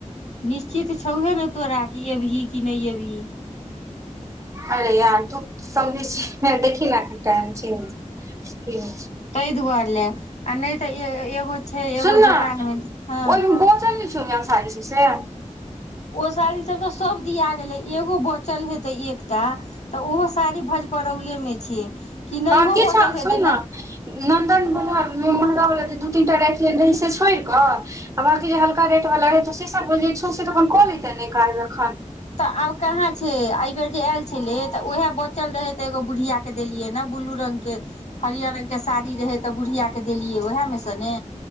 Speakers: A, on the left (about 65°); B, on the right (about 25°).
A: निश्चित छौहे ने तोरा कि एबही कि नहि एबही
B: अरे यार तू समझै छ देखि नेटा चन् की <inaudible>
A: त दु गआर ले आ नहि तऽ एगो छै एगो
B: सुन न
A: दोकानमे हँ
B: ओहिमे बोचल नहि छौ म छ छ से
A: ओ साड़ी सब तऽ सब दिया गेलै एगो बचल हेतै एकटा तऽ ओहो साड़ी भज परौलेमे छै कि नहिय
B: हँ किछु
A: बचल
B: सुन
A: हेतै ने
B: नन्दन वला महगा वालला जे दू तीन टा राखे रहै से छोड़ि कऽ आ बकी जे हल्का रेट वला रहै तो से सब बोल छो तऽ अपन कऽ लेते ने काज एखन
A: तऽ आब कहाँ छै बेर जे आयल छले तऽ उएहे बचल रहे ते एगो बुढ़िया के देलियै ने ब्लू रंग के हरियर रंगके साड़ी रहै तऽ बुढ़िया के देलियै उएहमे सँ ने